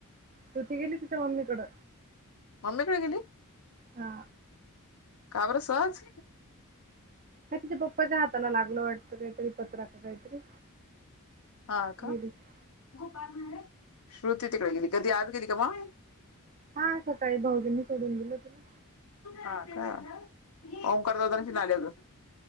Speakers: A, on the right; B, on the left.
A: श्रुती गेली तिच्या मम्मीकडं.
B: मम्मीकड गेली?
A: हा.
B: का बर सहज?
A: ह्य तिच्या पप्पाच्या हाताला लागलं वाटतं काहीतरी पत्रा का काहीतरी.
B: हा का,
A: गेलीच
B: <unintelligible> श्रुती तिकड गेली काधी आज गेले का म?
A: हा सकाळी भाऊजींनी सोडून दिलं तीला.
B: हा का, ओंकार दादा न चिनी आले होते.